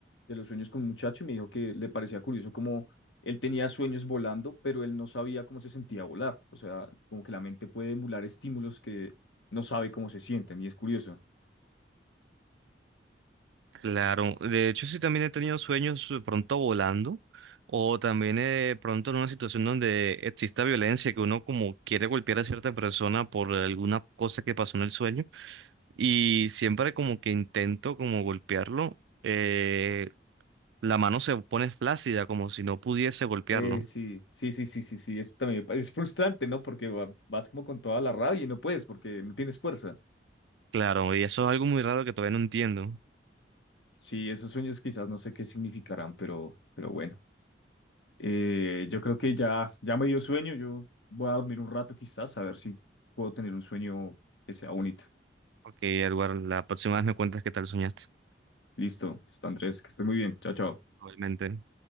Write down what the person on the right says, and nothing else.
Claro, de hecho sí también he tenido sueños de pronto volando o también eh, de pronto en una situación donde exista violencia, que uno como quiere golpear a cierta persona por alguna cosa que pasó en el sueño y siempre como que intento como golpearlo, eh, la mano se pone flácida como si no pudiese golpearlo.
Claro, y eso es algo muy raro que todavía no entiendo,
porque Edward, la próxima vez me cuentas qué tal soñaste,
obviamente.